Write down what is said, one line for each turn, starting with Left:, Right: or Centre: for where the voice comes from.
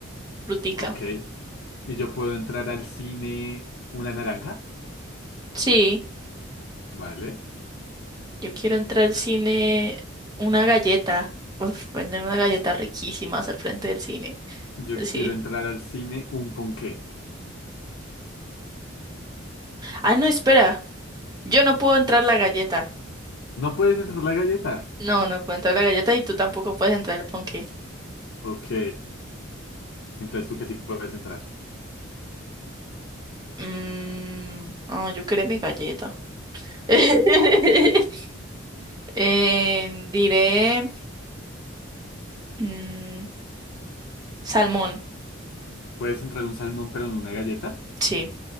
Right: frutica.
Left: Ok. Y yo puedo entrar al cine una naranja,
Right: Sí,
Left: ¿vale?
Right: yo quiero entrar al cine. Una galleta. Uf, venden unas galletas riquísimas al frente del cine.
Left: Yo
Right: Pues
Left: quiero
Right: Sí.
Left: entrar al cine un ponqué.
Right: Ah, no, espera. Yo no puedo entrar la galleta.
Left: No puedes entrar la galleta.
Right: No, no puedo entrar la galleta y tú tampoco puedes entrar el ponqué.
Left: Ok. Entonces tú que sí puedes entrar.
Right: Mmm. ah, yo quería mi galleta. <laughs> Eh, diré mm, salmón,
Left: Puedes entrar un salmón, pero en una galleta.
Right: sí,